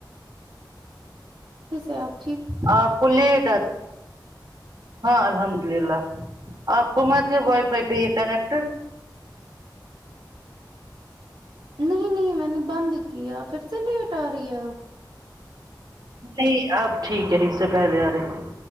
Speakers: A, on the right (about 85°); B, on the right (about 60°).
A: <unintelligible>
B: <unintelligible> ہاں الحمد اللہ آپ کو مت ہے وائی فائی پہ ہی کنیکٹ
A: نہیں نہیں میں نے بند کیا پھر سے لیٹ آ رہی ہے
B: نہیں اب ٹھیک ہے اس سے پہلے آ رہی تھی